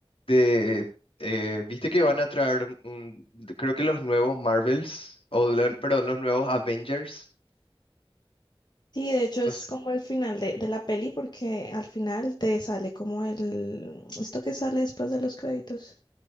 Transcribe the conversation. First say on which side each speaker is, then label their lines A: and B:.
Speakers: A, on the left (about 75°); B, on the left (about 50°).
A: de... eh, viste que van a traer, un, creo que los nuevos Marvels, o lo- perdón, los nuevos Avengers.
B: Sí, de hecho es
A: Los,
B: como el final de, de la peli porque al final te sale como el, esto que sale después de los créditos,